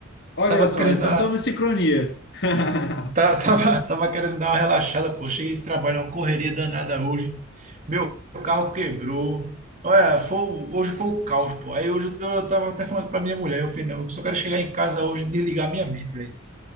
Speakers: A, on the left; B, on the right.
A: Olha
B: Tava
A: só,
B: querendo
A: então
B: dar,
A: estamos em sincronia. <laughs>
B: tá- <laughs> tava, tava querendo dar uma relaxada, pô. Cheguei de trabalho, uma correria danada hoje. Meu carro quebrou. Olha, foi, o- hoje foi o caos, pô. Aí hoje eu, eu tava até falando pra minha mulher, eu falei, não, eu só quero chegar em casa hoje e desligar minha mente, velho.